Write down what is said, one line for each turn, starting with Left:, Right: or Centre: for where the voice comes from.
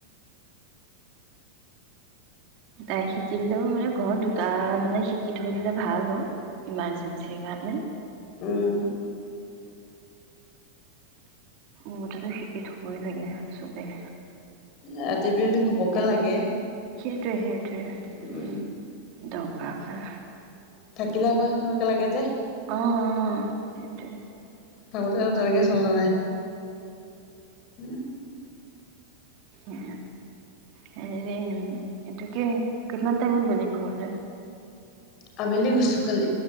Right: তাই শিকিলো মে ঘৰত দুটা মানে শিকি থৈ দিলে ভাল অ ইমাৰজেনঞ্চ গান
Left: উম।
Right: মোৰতেতো শিকি থবই লাগে চবেই
Left: ৰাতিপুৱলি হবকে লাগে
Right: সেইটোৱে সেইটোৱে
Left: উম।
Right: দৰকাৰ হয়
Left: পিলাক সেই কেনেকে লাগে যে
Right: আহ অ সেইটোৱে
Left: ত তনেে চলে উম
Right: উ হৰি এটো কি কিমান টাইমত গ'লি ঘৰলৈ
Left: আবেলি গৈছো কালি